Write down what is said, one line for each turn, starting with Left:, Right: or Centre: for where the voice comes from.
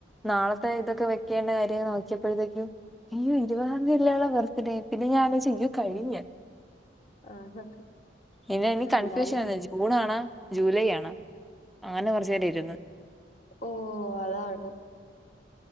Centre: നാളത്തെ ഇതൊക്കെ വെക്കേണ്ട കാര്യങ്ങൾ നോക്കിയപ്പോഴത്തേക്കും. അയ്യോ ഇരുവാന്തി അല്ലെ ഓളെ ബർത്ത്ഡേ പിന്നെ ഞാൻ അലോയ്‌ച്ചു യ്യോകഴിഞ്.
Left: ആഹ്
Centre: ഇന്ന ഇനി
Left: ആഹ്
Centre: കൺഫ്യൂഷൻ
Left: എന്തായാലും
Centre: ആന്ന് ജൂൺ ആണാ ജൂലൈ ആണാ അങ്ങനെ കുറച്ചേരം ഇരുന്ന്.
Left: ഓ അതാണ്.